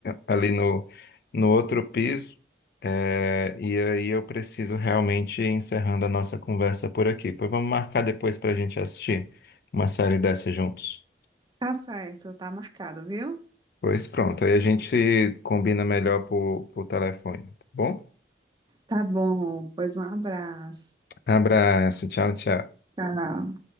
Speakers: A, on the left; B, on the right.
A: ali no, no outro piso. É, e aí eu preciso realmente ir encerrando a nossa conversa por aqui. Pois vamos marcar depois para a gente assistir uma série dessa juntos.
B: tá certo, tá marcado, viu?
A: Pois pronto, aí a gente combina melhor por, por telefone, tá bom?
B: Tá bom, pois um abraço.
A: Abraço, tchau, tchau.
B: Tchau.